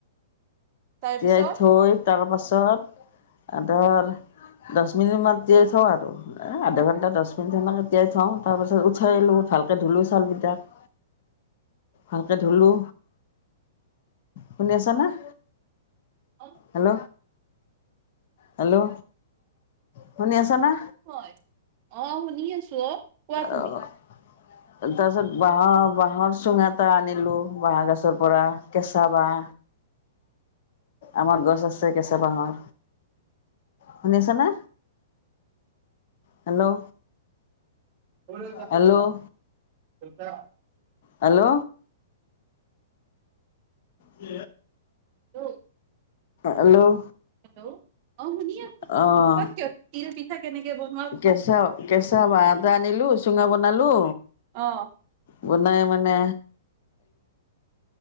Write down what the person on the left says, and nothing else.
তিয়াই থৈ তাৰপাছত আধৰ দহ মিনিট মান তিয়াই থওঁ আৰু, আধা ঘণ্টা দহ মিনিট সনেকে তিয়াই থওঁ তাৰ পাছত উঠাই লওঁ ভালকে ধুলো চাউকেইটাক ভালকে ধুলো শুনি আছা না
হেল্ল হেল্ল' শুনি আছ না?
অ তাছত বাহ বাহৰ চুঙা এটা আনিলো বাহ গছৰ পৰা কেঁচা বাহ। আমাৰ গছ আছে কেঁচা বাহৰ শুনিছানে hello
hello
hello. উ।
hello
অহ
কেঁচা, কেঁচা বাঁহ এটা আনিলো, চুঙা বনালো।
বনাই মানে